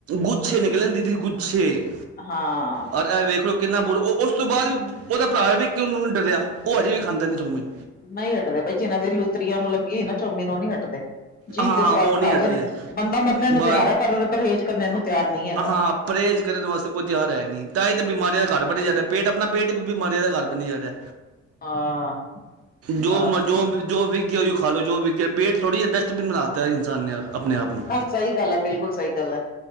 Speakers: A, on the right; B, on the left.
A: ਗੁੱਛੇ ਨਿਕਲੇ ਨੇ ਦੀਦੀ ਗੁੱਛੇ। ਛੇ
B: ਹਾਂ
A: ਔਰ, ਇਹ ਵੇਖ ਲਓ, ਕਿੰਨਾ ਬੁਰ ਉਹ। ਉਸ ਤੋਂ ਬਾਅਦ ਵੀ ਉਹਦਾ ਭਰਾ ਵੇਖ ਕੇ ਉਹਨੂੰ ਨੂੰ ਡਰਿਆ। ਉਹ ਅਜੇ ਵੀ ਖਾਂਦਾ ਵਾ ਚੌਮੀਨ।
B: ਨਹੀਂ ਹਟਦੇ ਬਈ ਜਿਹਨਾਂ ਦੇ ਲੁਤਰੀਆਂ ਨੂੰ ਲੱਗੀ ਨਾ ਚੋਮੀਨ ਨੂੰ ਉਹ ਨਹੀ ਹਟਦੇ। ਜੀਭ
A: ਹਾਂ
B: ਦੇ ਸੁਆਦ
A: ਉਹ ਨਹੀਂ
B: ਖਾ
A: ਹਟਦੇ
B: ਗਏ ਨੇ ਬੰਦਾ ਮਰਨੇ ਨੂੰ
A: ਬਸ
B: ਤਿਆਰ ਹੈ ਪਰ ਪਰਹੇਜ਼ ਕਰਨ ਨੂੰ ਤਿਆਰ ਨਹੀਂ ਹੈਗਾ।
A: ਹਾਂ ਪਰਹੇਜ਼ ਕਰਨ ਵਾਸਤੇ ਕੋਈ ਤਿਆਰ ਹੈ ਨਹੀਂ ਤਾਂ ਇਹ ਤਾਂ ਬਿਮਾਰੀਆਂ ਦਾ ਘਰ ਬਣਿਆ ਜਾ ਰਿਹਾ ਪੇਟ ਆਪਣਾ ਪੇਟ ਹੀ ਬਿਮਾਰੀਆਂ ਦਾ ਘਰ ਬਣ ਜਾ ਰਿਹਾ।
B: ਹਾਂ
A: ਜੋ
B: ਬਸ
A: ਜੋ ਜੋ ਵਿੱਕ। ਖਾ ਲੋ ਜੋ ਵੀ ਵਿੱਕ ਗਿਆ ਪੇਟਥੋ੍ਡੀ ਡਸਟਬਿਨ ਬਣਾ ਲਿਆ ਹੈ ਇਨਸਾਨ ਨੇ ਆਪਣੇ ਆਪ ਨੂੰ
B: ਸਹੀ ਗੱਲ ਹੈ, ਬਿਲਕੁਲ ਸਹੀ ਗੱਲ ਹੈ।